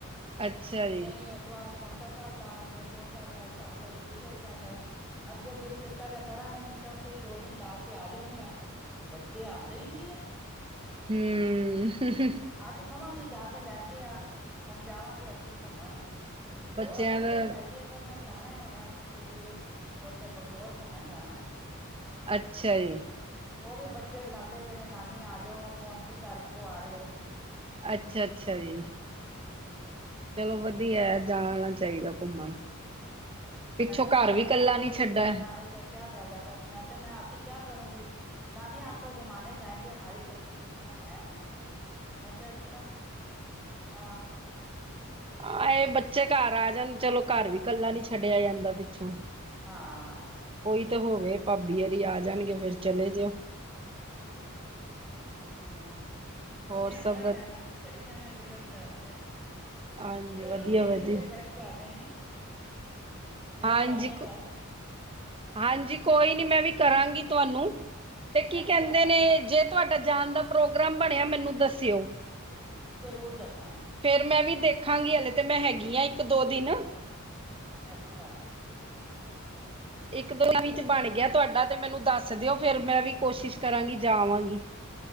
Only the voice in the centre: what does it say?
ਸ਼ਨੀ-ਐਤਵਾਰ ਪੋਂਟਾ ਸਾਬ ਜਾਵਾਂਗੇ, ਪੋਂਟਾ ਸਾਬ ਸਾਬ ਤੋਂ ਰਿਸ਼ੀਕੇਸ਼ ਚੱਲਨੇ ਆ। ਅੱਗੇ ਦਿਲ ਕੀਤਾ ਤੇ ਕਰਾਂਗੇ ਨਈਂ ਤੇ ਉੱਥੇ ਈ ਦੋ ਦਿਨ ਲਾ ਕੇ ਆ ਜਾਂਨੇ ਆਂ। ਬੱਚੇ ਆਂਦੇ ਈ ਨੀਂ ਐ।
ਅੱਜ ਕਵਾਂਗੀ ਜਾ ਕੇ ਲੈ ਕੇ ਆ, ਹੁਣ ਜਾਵਾਂਗੇ ਅਸੀਂ ਘੁੰਮਣ। ਹੋਰ
ਅਸੀਂ
ਵੀ ਤਾਂ ਜਾਈਏ ਪਰ ਮੈਂ ਜਾਣੈ ਹੁਨੇ ਅਪਣੀ ਕੁੜੀ ਦੇ ਉੱਥੇ ਬੰਗਲੋਰ ਘੁੰਮਨ ਜਾਣਾ।
ਉ ਵੀ ਬੱਚੇ ਬੁਲਾਂਦੇ ਬੇ ਨੇ ਨਾਨੀ ਆ ਜੋ। ਕੌਨਸੀ ਤਾਰੀਕ ਕੋ ਆ ਰੇ ਓ?
ਹਾਂ।
ਮੈਂ ਕਿਆ ਤੁਮਾਰੇ
ਤੋਂ
ਸਕੂਲ
ਖੁੱਲ
ਗੇ, ਮੇਰਾ ਆਨਾ ਕਾ ਕਿਆ ਫੈਦਾ, ਕ -ਮੈਂ ਕਿਆ ਮੈਂ ਆ ਕੇ ਕਿਆ ਕਰੂੰਗੀ। ਨਾਨੀ ਆਪ ਕੋ ਘੁਮਾਨੇ ਜਾਏਂਗੇ ਹਮਾਰੀ ਥੋੜੀ ਸੀ ਛੁੱਟੀਆਂ ਹੈ ਬੀਚ ਮੈਂ। ਮੈਂ ਕਿਆ ਅੱਛਾ, ਹਾਂ।
ਹਾਂ।
ਹਾਂ।
ਓਨੇ
ਆਣਾ
ਮੈਂ ਅ -ਚਲੀ ਜਾਣੈ ਟਿਕਟ ਕਰਾ ਕੇ।
ਚਲੋ
ਠੀਕ
ਏ ਮੇਰੇ ਗੈਸਟ ਗੈਸਟ ਆ ਗੇ ਨੇ। ਫੇਰ
ਕਰਨੇ ਆ ਗੱਲ।
ਅੱਛਾ
ਜ਼ਰੂਰ ਦੱਸਾਂਗੇ।
ਅੱਛਾ।
ਠੀਕ